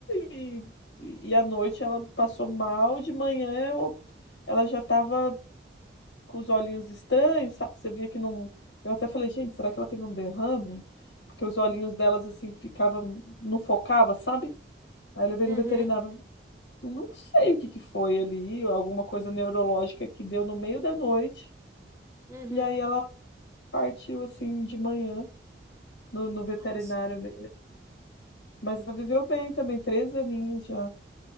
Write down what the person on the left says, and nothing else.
e, e à noite ela passou mal, de manhã eu- ela já tava com os olhinhos estranhos, sabe? Você via que não. Eu até falei, gente, será que ela teve um derrame? Porque os olhinhos delas assim ficavam, não focava, sabe? Aí eu levei
no veterinário, não sei o que que foi ali, alguma coisa neurológica que deu no meio da noite.
E aí ela partiu assim de manhã no, no veterinário
mesmo. Mas ela viveu bem também, três aninhos já.